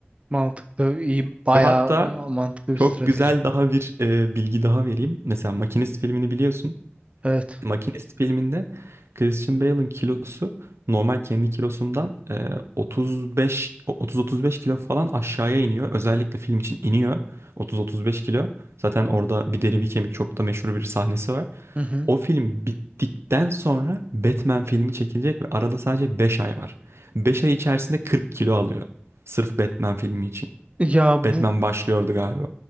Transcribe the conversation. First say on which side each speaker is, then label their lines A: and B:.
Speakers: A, on the right (about 30°); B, on the right (about 80°).
A: Mantıklı, iyi, bayağı
B: Ve hatta
A: mantıklı bir
B: çok
A: strateji.
B: güzel daha bir e, bilgi daha vereyim. Mesela Makinist filmini biliyorsun.
A: Evet.
B: Makinist filminde Christian Bale'ın kilosu normal kendi kilosundan e, 35 o- 30-35 kilo falan aşağıya iniyor. Özellikle film için iniyor 30-35 kilo. Zaten orada bir deri bir kemik çok da meşhur bir sahnesi var.
A: Hı hı.
B: O film bittikten sonra Batman filmi çekilecek ve arada sadece 5 ay var. 5 ay içerisinde 40 kilo alıyor. Sırf Batman filmi için.
A: Ya bu
B: Batman başlıyordu galiba.